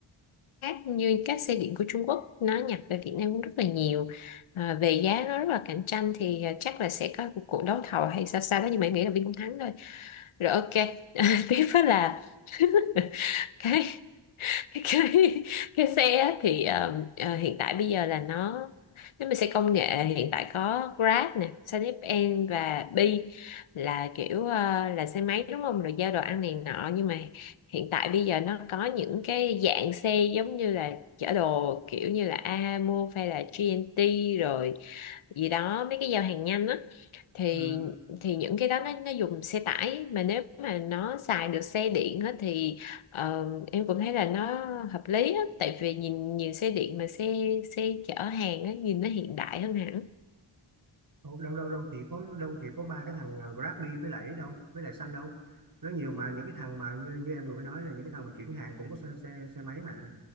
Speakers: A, on the left; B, on the right.
A: khác như các xe điện của Trung Quốc nó nhập về Việt Nam cũng rất là nhiều. À, về giá nó rất là cạnh tranh thì ờ, chắc là sẽ có một cuộc đấu thầu hay sao sao đó nhưng mà em nghĩ là Vin cũng thắng thôi. Rồi ok, <laughs> tiếp đó là <laughs> cái <laughs> cái cái xe á thì ờ, ờ, hiện tại bây giờ là nó nếu mà xe công nghệ hiện tại có Grab nè, SanepN và Bi là kiểu ờ, là xe máy đúng không? Rồi giao đồ ăn này nọ nhưng mà hiện tại bây giờ nó có những cái dạng xe giống như là chở đồ kiểu như là Ahamove hay là GNT rồi gì đó mấy cái giao hàng nhanh á thì
B: ừ.
A: thì những cái đó nó nó dùng xe tải mà nếu mà nó xài được xe điện á, thì ờ, em cũng thấy là nó hợp lý á, tại vì nhìn nhìn xe điện mà xe xe chở hàng á, nhìn nó hiện đại hơn hẳn
B: đâu đâu đâu đâu chỉ có đâu chỉ có ba cái thằng à, Grabby với lại ấy đâu với lại xanh đâu nó nhiều mà những cái thằng mà như, như em vừa mới nói là những cái thằng mà chuyển hàng cũng có xe, xe xe máy mà